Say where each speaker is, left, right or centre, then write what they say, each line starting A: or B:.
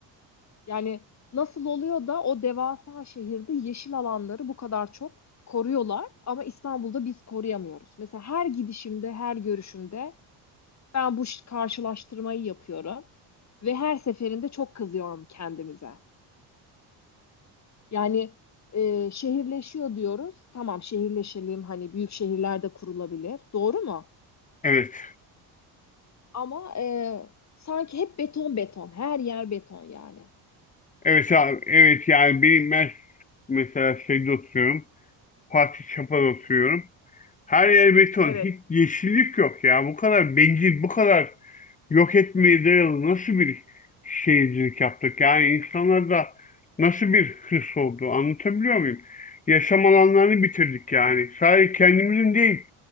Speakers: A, on the left (about 40°); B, on the left (about 20°).
A: Yani nasıl oluyor da o devasa şehirde yeşil alanları bu kadar çok koruyorlar ama İstanbul'da biz koruyamıyoruz. Mesela her gidişimde, her görüşümde ben bu ş- karşılaştırmayı yapıyorum ve her seferinde çok kızıyorum kendimize. Yani e, şehirleşiyor diyoruz. Tamam şehirleşelim hani büyük şehirlerde kurulabilir. Doğru mu?
B: Evet.
A: Ama e, sanki hep beton beton, her yer beton yani.
B: Evet abi. Evet yani benim ben mesela şeyde oturuyorum. Fatih Çapa'da oturuyorum. Her yer beton.
A: Evet.
B: Hiç yeşillik yok ya. Bu kadar bencil, bu kadar yok etmeye dayalı nasıl bir şeycilik yaptık? Yani insanlarda nasıl bir hırs oldu? Anlatabiliyor muyum? Yaşam alanlarını bitirdik yani. Sadece kendimizin değil,